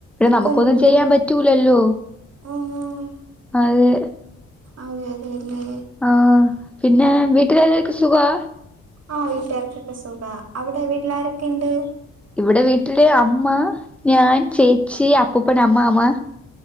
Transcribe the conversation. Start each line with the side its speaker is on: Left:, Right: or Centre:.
Centre: നമുക്കൊന്നും
Right: തന്നല്ലേ
Centre: ചെയ്യാം പറ്റൂലല്ലോ
Right: ആഹ്
Centre: അതെ
Right: അതെ അതെ അല്ലെ
Centre: ആഹ് പിന്നെ വീട്ടിലെല്ലാര്ക്കും സുഖാ
Right: ആ വീട്ട്കാർക്കൊക്കെ സുഖാ അവടെ വീട്ടിലാരെക്കെയുണ്ട്
Centre: ഇവടെ വീട്ടില് അമ്മ ഞാൻ ചേച്ചി അപ്പൂപ്പൻ അമ്മാമ്മ